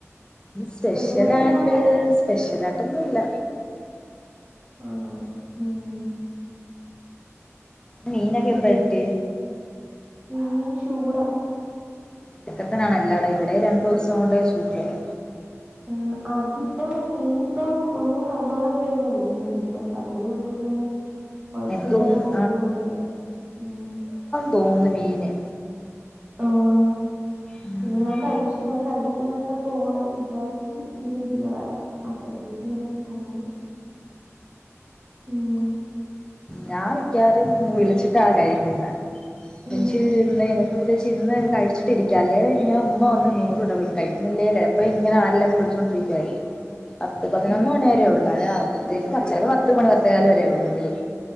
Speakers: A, on the left; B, on the right.
A: സ്പെഷ്യലായിട്ട്.
B: സ്പെഷ്യലൊക്കെ എന്താ ഉണ്ടാക്കിയേ
A: സ്പെഷ്യലായിട്ടൊന്നും ഇല്ല
B: ആഹ് ഉം
A: മീനക്കെന്താ
B: അയ്യോ
A: കിട്ടി
B: മീൻ ചൂട
A: ഇതക്കത്തന്നെയാണ് എല്ലാടെ ഇവിടെ രണ്ടൂസം കൊണ്ട് ചൂടയാ
B: ആഹ് അതിപ്പം ഈനിപ്പം ഒന്നും നല്ലോണംല്ലല്ലോ വരുന്നത് ഇപ്പം അതേ ഉള്ളൂന്ന് കൊഴപ്പില്ലാതെ
A: എനിക്ക് തോന്നുന്നു
B: കിട്ടും അതിവിടെ ഉം
A: തോന്ന് മീന്.
B: ആഹ്
A: ഉം
B: പിന്നെ ഞാൻ കഴിച്ചില്ല ഞാൻ കഴിക്കാനായിട്ട് പോന്നെ വിചാരിച്ച് ഇങ്ങനെ ഇരുന്നതാരുന്നു. അപ്പഴത്തേക്ക് ഇങ്ങനെ കൊള് വന്ന് മം
A: ഞാൻ മിക്കവാറും വിളിച്ചിട്ടാ കഴിക്കുന്നെ
B: ഉം
A: എനിക്ക്
B: ഉം
A: ഇന്ന് അയിന് പ്പ വിചാരിച്ച് ഇന്ന് കഴിച്ചിട്ടിരിക്കല്ലേ ഞാ ഉമ്മ വന്ന് നൂറ് വട്ടം വിളിക്കും കഴിക്കുന്നില്ലേ അപ്പ ഇങ്ങനെ ആരെലക്കെ വിളിച്ചു പത്ത്മിന്ട്ടായി
B: <inaudible>
A: പത്ത് പതിനൊന്ന്
B: ആഹ്
A: മണി വരെയുള്ളെ അപ്പഴത്തേക്ക് പച്ചരവ് പത്ത് മണി പത്തേകാല് വരേ ഉള്ളു വിളി